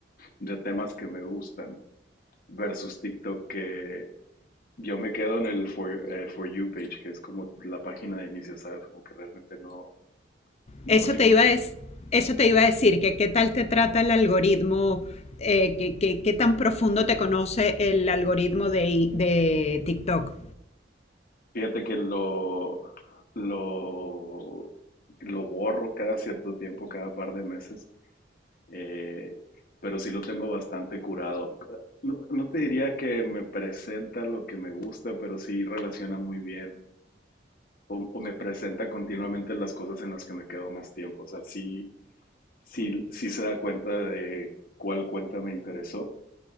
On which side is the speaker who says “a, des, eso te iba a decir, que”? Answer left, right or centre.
Left